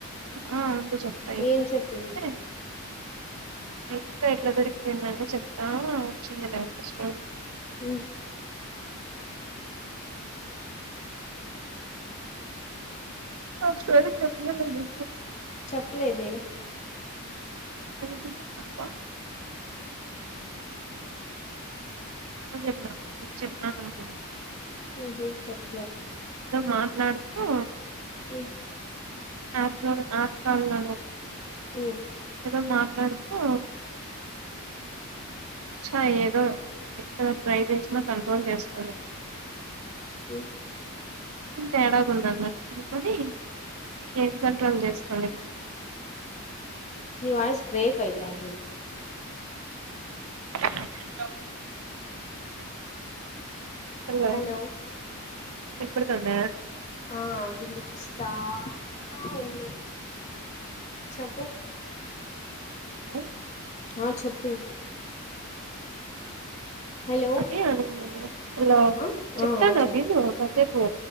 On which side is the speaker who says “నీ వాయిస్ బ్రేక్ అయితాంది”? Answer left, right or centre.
Left